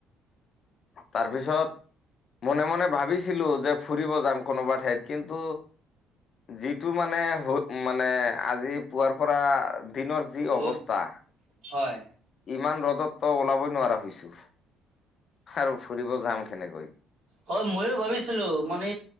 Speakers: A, on the left; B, on the right.
A: তাৰপিছত মনে মনে ভাবিছিলো যে ফুৰিব যাম কোনোবা ঠাইত কিন্তু যিটো মানে মানে আজি পুৱাৰ পৰা দিনৰ যি
B: ৰ'দ
A: অৱস্থা
B: হয়
A: ইমান ত ত ওলাবই নোৱাৰা হৈছো আৰু ফুৰিব যাম কেনেকৈ
B: হয় ময়ো ভাবিছিলো মানে